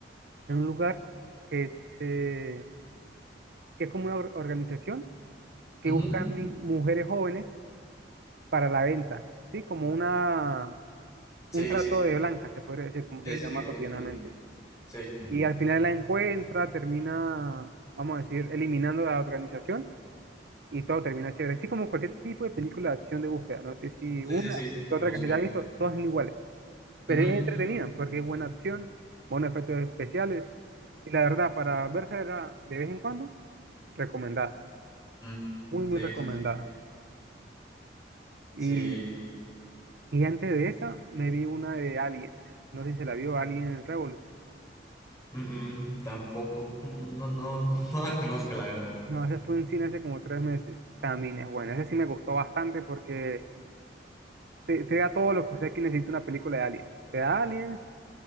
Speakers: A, on the right; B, on the left.
A: en un lugar que se, que es como una or- organización que
B: Ujú.
A: busca ni- mujeres jóvenes para la venta, ¿sí? Como una,
B: Sí,
A: un trato
B: sí, sí.
A: de blanca, se podría decir, como
B: Sí,
A: se le
B: sí,
A: llama
B: sí, que mandó
A: cotidianamente.
B: tu link. Sí,
A: Y al final la encuentra, termina, vamos a decir, eliminando la organización y todo termina chévere. Así como cualquier tipo de película de acción de búsqueda, no sé si
B: sí,
A: una
B: sí, sí.
A: o
B: De
A: otra
B: buscar.
A: que se haya visto, todas son iguales, pero
B: Ujú,
A: es entretenida porque es buena acción, buenos efectos especiales y la verdad, para verse de vez en cuando, recomendada,
B: ujú.
A: muy,
B: Sí,
A: muy recomendada.
B: sí, sí.
A: Y,
B: Sí.
A: y antes de esa, me vi una de Aliens, no sé si se la vio Alien Revolution.
B: Mm, mm, Tampoco. Mm, mm, No, no, <laughs> no la conozco, la verdad.
A: No, esa estuvo en cine hace como tres meses. También es buena. Esa sí me gustó bastante porque te, te da todo lo que usted que necesita una película de Aliens. Te da Aliens,